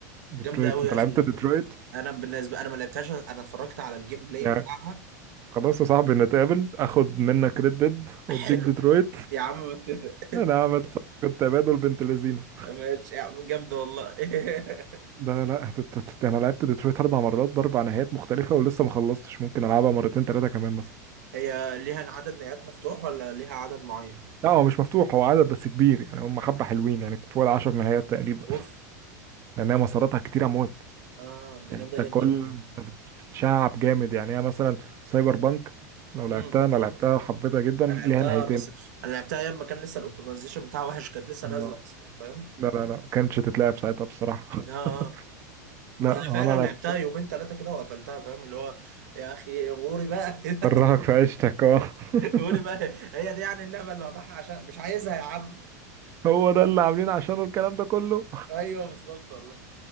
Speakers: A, on the right; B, on the right.
A: ديترويت
B: جامده قوي
A: انت
B: يا اخي
A: لعبت ديترويت
B: انا بالنسبه انا ما لعبتهاش انا اتفرجت على الجيم بلاي
A: يعني
B: بتاعها
A: خلاص يا صاحبي نتقابل اخد منك ريد ديد واديك
B: حلو
A: ديترويت
B: يا عم متفق
A: انا عملت صفقة تبادل بنت لذينه
B: <laughs> ماشي يا عم جامده والله <laughs>
A: لا لا هتت- هتت- انا لعبت ديترويت اربع مرات باربع نهايات مختلفه ولسه ما خلصتش ممكن العبها مرتين ثلاثه كمان مثلا
B: هي ليها عدد نهايات مفتوح ولا ليها عدد معين
A: لا هو مش مفتوح هو عدد بس كبير يعني هم حبه حلوين يعني فوق العشر نهايات تقريبا
B: اوف
A: <laughs> لانها مساراتها كتيره موت
B: اه ده
A: انت
B: جامده جدا
A: كل
B: والله
A: تتشعب جامد يعني هي مثلا سايبر بانك لو
B: امم
A: لعبتها انا لعبتها وحبيتها جدا
B: انا لعبتها
A: ليها نهايتين
B: بس انا لعبتها ايام ما كان لسه الاوبتمايزيشن بتاعها وحش كانت لسه
A: اه
B: نازله اصلا فاهم
A: لا لا لا كانتش تتلعب ساعتها بصراحه
B: اه آه.
A: <laughs> لا
B: انا
A: هو
B: فعلا
A: انا لعبت
B: لعبتها يومين ثلاثه كده وقفلتها فاهم اللي هو يا اخي غوري بقى
A: كرهك
B: <laughs>
A: في عيشتك اه <laughs>
B: قولي بقى هي دي يعني اللعبه اللي وضعها عشان مش عايزها يا عم
A: هو ده اللي عاملين عشانه الكلام ده كله
B: <laughs> ايوه بالظبط والله